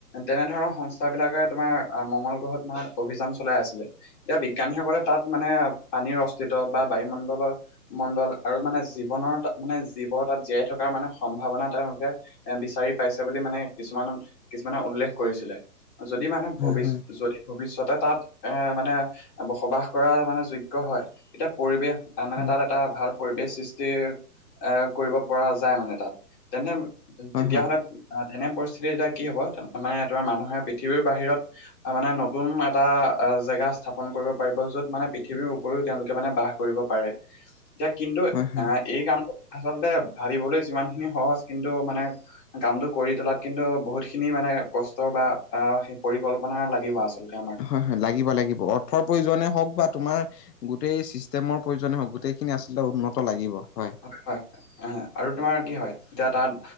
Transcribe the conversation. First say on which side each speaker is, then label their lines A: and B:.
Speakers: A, on the left; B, on the left.
A: তেনেধৰণৰ সংস্থাবিলাকে তোমাৰ আহ', মংগল গ্ৰহত তোমাৰ অভিযান চলাই আছিলে', এতিয়া বিজ্ঞানীসকলে তাত মানে, পানীৰ অস্তিত্ব বা বায়ুমণ্ডলৰ', মণ্ডল আৰু মানে জীৱনৰ তা', মানে জীৱ তাত জীয়াই থকাৰ মানে সম্ভাৱনা তেওঁলোকে', এ', বিচাৰি পাইছে বুলি মানে কিছুমান, কিছুমানে উল্লেখ কৰিছিলে', যদি মানে
B: হয়
A: ভৱিষ্য',
B: হয়
A: যদি', ভৱিষ্যতে তাত এ', মানে বসবাস কৰা মানে যোগ্য হয়, তেতিয়া পৰিৱেশ', তাৰ মানে
B: হয়
A: তাত এটা ভাল পৰিৱেশ সৃষ্টিৰ, এ', কৰিব পৰা যায় মানে তাত, তেনে',
B: হয়
A: তেতিয়া
B: হয়
A: হ'লে আহ', তেনে পৰিস্থিতি এতিয়া কি হ'ব মানে ধৰা মানুহে পৃথিৱীৰ বাহিৰত', অ', মানে নতুন এটা জেগা স্থাপন কৰিব পাৰিব য'ত মানে পৃথিৱীৰ উপৰিও তেওঁলোকে মানে বাস', কৰিব পাৰে', এতিয়া কিন্তু
B: হয় হয়
A: অহ', এই কামটো আচলতে ভাবিবলৈ যিমানখিনি সহজ কিন্তু মানে', কামটো কৰি তোলাত কিন্তু বহুতখিনি মানে কষ্ট বা আহ', সেই পৰিকল্পনা লাগিব আচলতে আমাৰ',
B: হয়', - হয়', লাগিব', - লাগিব', অৰ্থৰ প্ৰয়োজনে হওঁক বা তোমাৰ', গোটেই চিষ্টেমৰ প্ৰয়োজন হওঁক, গোটেইখিনি আচলতে উন্নত লাগিব, হয়',
A: হয়', - হয়', আহ', আৰু তোমাৰ কি হয় এতিয়া তাত',